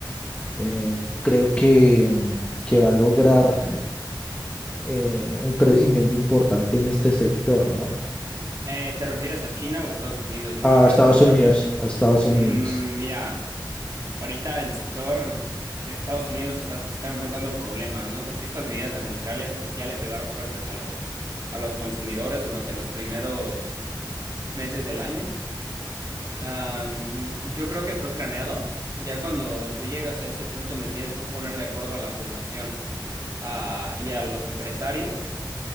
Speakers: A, on the left; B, on the right.
A: eh, creo que, mm, que va a lograr eh, un crecimiento importante en este sector, ¿no?
B: Eh, ¿te refieres a China o Estados Unidos? No
A: A
B: me quedó
A: Estados
B: muy claro.
A: Unidos, a Estados
B: Mm,
A: Unidos.
B: mira, ahorita el sector de Estados Unidos está, está enfrentando problemas, ¿no? Porque estas medidas arancelarias pues, ya le pegaron fuertes a los, a los consumidores durante los primeros meses del año. Am, yo creo que fue planeado, ya cuando tú llegas a ese punto donde tienes que poner de acuerdo a la población, ah, y a los empresarios.